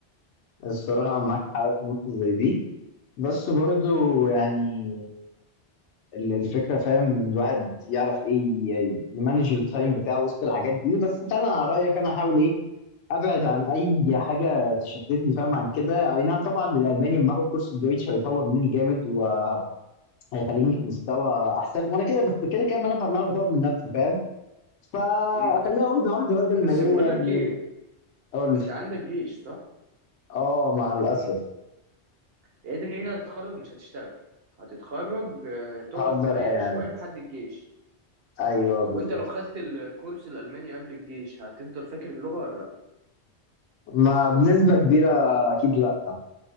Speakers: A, on the left; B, on the right.
A: الصراحة معاك حق في نقطة زي دي بس برضو يعني ال- الفكرة فاهم الواحد يعرف ايه ي- يمانج التايم بتاعه وسط الحاجات دي بس فعلا على رأيك انا هحاول ايه ابعد عن اي حاجه تشتتني فاهم عن كده اي نعم طبعا الالماني لما اخد كورس الدويتش هيطور مني جامد وهيخليني في مستوى احسن وانا كده بس كده كده ما انا ب- ما انا بطور من نفسي فاهم فاخليها
B: امم
A: واحده واحده بدل ما
B: بس
A: ايه
B: بقول
A: يعني
B: لك ايه
A: اقول
B: انت عندك جيش صح
A: اه مع الاسف
B: يعني انت كده كده هتتخرج مش هتشتغل هتتخرج آه، تقعد
A: هفضل
B: تريح
A: قاعد
B: شوية لحد الجيش
A: ايوه
B: طب
A: بالظبط
B: وانت لو خدت الكورس الألماني قبل الجيش هتفضل فاكر اللغة ولا لا
A: ما بنسبه كبيره اكيد لا